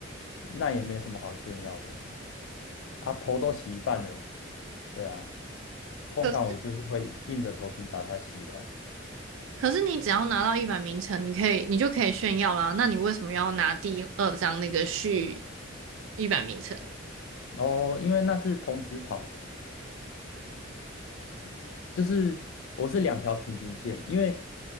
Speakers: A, on the left (about 80°); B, on the right (about 80°).
A: 那也没什么好炫耀的嘛。啊，头都洗一半了，对啊。通常我就是会硬着头皮把它洗完，
B: 可可是你只要拿到一百名称，你可以你就可以炫耀啦。那你为什么要拿第二张那个序一百名称？
A: 哦，因为那是同时跑的。就是我是两条平行线，因为